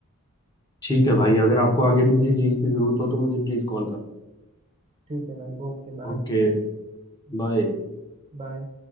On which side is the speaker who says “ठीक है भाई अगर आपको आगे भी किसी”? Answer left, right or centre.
Left